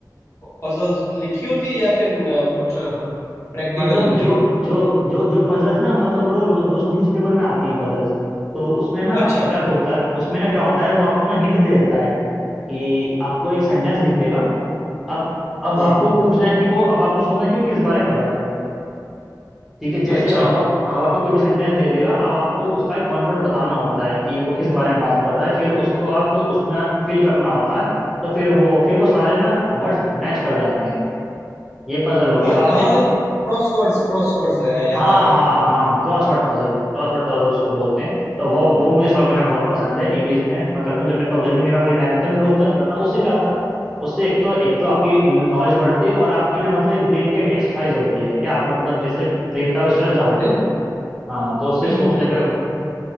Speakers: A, on the left; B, in the centre.
A: पजल्स लिखी होती है या फिर अ, कुछ प्रैक्टिकल
B: मतलब
A: टाइप
B: जो जो जो जो पजल्स ना मतलब रो, रो, रोज न्यूज़पेपर में आती हैं पजल्स तो उसमें ना
A: अच्छा
B: क्या होता है उसमें ना क्या होता है वो आपको ना हिंट दे देता है कि आपको एक सेंटेंस लिख देगा अब अब
A: हम्म
B: आपको पूछना है कि वो अब आपको सोचना है कि वो किस बारे में कर रहा है ठीक है जैसे
A: अच्छा
B: अब अब आपको कोई भी सेंटेंस दे देगा अब आपको उसका एक वन वर्ड बताना होता है कि वो किस बारे में बात कर रहा है फिर उसको आप उसमें फिल करना होता है तो फिर वो फिर वो सारे ना वर्ड्स मैच कर जाते हैं ये पजल होगी
A: हाँ हाँ
B: आपने
A: मतलब क्रॉसवर्ड्स क्रॉसवर्ड्स याद
B: हाँ
A: आ गया
B: हाँ
A: मेरे को
B: हाँ क्रॉसवर्ड पजल क्रॉसवर्ड पजल उसको बोलते हैं तो वो वो मुझे सॉल्व करना बहुत पसंद है इंग्लिश में मैं करता हूँ जब मेरे पास जब भी मेरा फ्री टाइम होता है मैं रोज तो नहीं करता उससे क्या होता है उससे एक तो एक तो आपकी नॉलेज बढ़ती है और आपकी ना मतलब एक ब्रेन की एक एक्सरसाइज होती है कि आप मतलब जैसे ब्रेन पे आप स्ट्रेस डालते
A: बिल्कुल
B: हो हाँ तो उससे
A: बिल्कुल
B: सोचने
A: भाई
B: पे
A: बिल्कुल